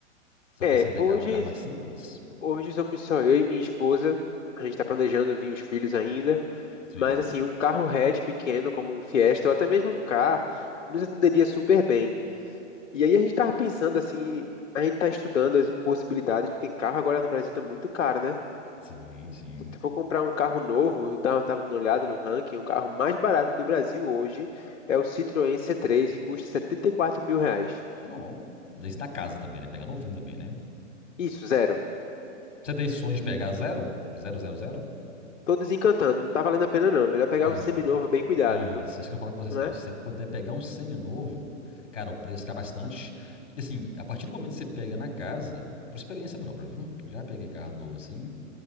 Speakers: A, on the left; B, on the left.
A: Você tá
B: É,
A: pensando em pegar
B: hoje.
A: um carro mais simples?
B: Hoje somos só eu e minha esposa. A gente está planejando vir os filhos ainda,
A: Sim,
B: mas assim, um carro hatch pequeno, como um Fiesta, ou até mesmo um Ka, nos atenderia super bem. E aí a gente estava pensando assim, a gente está estudando as possibilidades, porque carro agora no Brasil está muito caro, né?
A: sim, sim.
B: Se tu for comprar um carro novo, eu tava tava dando uma olhada no ranking, o carro mais barato do Brasil hoje é o Citroën C3 e custa setenta e quatro mil reais.
A: Não. Isso na casa também, né? Pegar novinho também, né?
B: Isso, zero.
A: Você tem sonho de pegar zero? Zero, zero, zero?
B: Tô desencantando, não tá valendo a pena não. Melhor pegar
A: Tá
B: um seminovo
A: não.
B: bem cuidado,
A: Isso,
B: viu?
A: isso que eu falo com você assim,
B: Não é?
A: ó, se você puder pegar um seminovo, cara, o preço cai bastante. E assim, a partir do momento que você pega na casa, por experiência própria, viu? Já peguei carro novo assim,